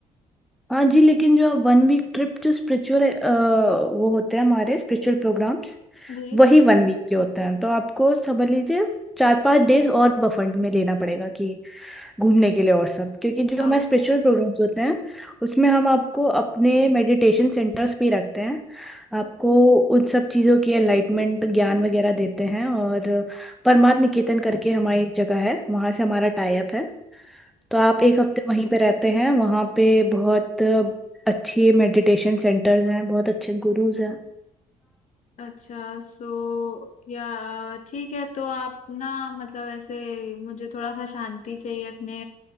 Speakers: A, in the centre; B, on the left.
A: हाँ जी लेकिन जो वन वीक ट्रिप जो स्पिरिचुअल वो होते हैं हमारे स्पिरिचुअल प्रोग्राम्स
B: जी
A: वही वन वीक के होते हैं तो आपको समझ लीजिए चार पांच डेज और बफर में लेना पड़ेगा कि घूमने के लिए और सब क्योंकि जो
B: आ,
A: हमारे स्पिरिचुअल प्रोग्राम्स होते हैं उसमें हम आपको अपने मेडिटेशन सेंटर्स भी रखते हैं आपको उन सब चीज़ों की एनलाइटमेंट ज्ञान वगैरह देते हैं और परमार्थ निकेतन करके हमारी एक जगह है वहाँ से हमारा टाई अप है तो आप एक हफ्ते वहीं पे रहते हैं वहाँ पे बहुत अच्छे मेडिटेशन सेंटर्स हैं बहुत अच्छे गुरुज हैं
B: अच्छा सो या ठीक है तो आप ना मतलब ऐसे मुझे थोड़ा सा शांति चाहिए अपने